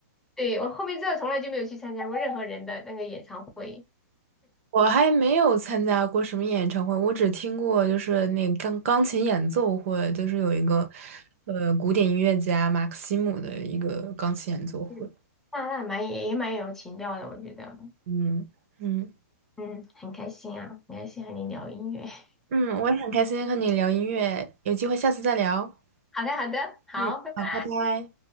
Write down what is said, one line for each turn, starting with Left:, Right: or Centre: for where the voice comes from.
Centre: 对我后面真的从来就没有去参加过任何人的那个演唱会，
Right: 我还没有参加过什么演唱会，我只听过就是那个钢钢琴演奏会，就是有一个呃古典音乐家马克西姆的一个钢琴演奏会。
Centre: 嗯，那那蛮也也蛮有情调的，我觉得，
Right: 嗯嗯
Centre: 嗯，很开心啊，很开心和你聊音乐。<laughs>
Right: 嗯，我也很开心和你聊音乐，有机会下次再聊。
Centre: 好的，好的，好，
Right: 嗯，
Centre: 拜拜。
Right: 好，拜拜。